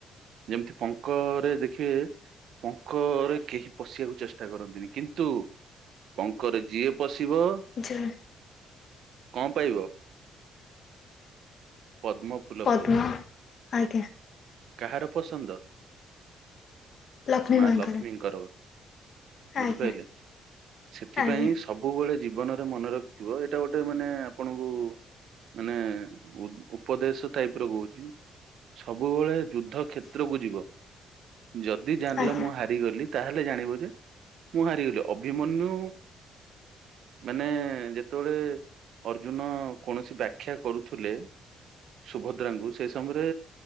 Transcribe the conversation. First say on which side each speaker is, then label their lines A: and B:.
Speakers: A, on the right; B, on the left.
A: ଯେମିତି ପଙ୍କଅରେ ଦେଖିବେ ପଙ୍କଅରେ କେହି ପଶିବାକୁ ଚେଷ୍ଟା କରନ୍ତିନି କିନ୍ତୁ ପଙ୍କରେ ଯିଏ ପଶି ଟିବ
B: ଯ
A: କଣ ପାଇବ ପଦ୍ମ ଫୁଲ
B: ପଦ୍ମ
A: ପାଇବ।
B: ଆଜ୍ଞା
A: କାହାର ପସନ୍ଦ
B: ଲକ୍ଷ୍ମୀ
A: ମା
B: ମାଙ୍କର
A: ଲକ୍ଷ୍ମୀଙ୍କର। ବୁଝିପାରିଲେ
B: ଆଜ୍ଞା
A: ସେଥିପାଇଁ
B: ଆଜ୍ଞା
A: ସବୁବେଳେ ଜି ଜୀବନରେ ମନେ ରଖିଥିବ ଏଇଟା ଗୋଟେ ମାନେ ଆପଣଙ୍କୁ ମାନେ ଉ ଉପଦେଶ ଟାଇପର କହୁଛି। ସବୁବେଳେ ଯୁଦ୍ଧ କ୍ଷେତ୍ରକୁ ଯିବ। ଯଦି ଜାଣିଲ
B: ଆଜ୍ଞା
A: ମୁଁ ହାରିଗଲି ତାହେଲେ ଜାଣିବ ଯେ ମୁଁ ହାରିଗଲି ଅଭିମନ୍ୟୁ ମାନେ ଯେତେବେଳେ ଅର୍ଜୁନ କୌଣସି ବାଖ୍ୟା କରୁଥିଲେ। ସୁଭଦ୍ରାଙ୍କୁ ସେଇ ସମୟରେ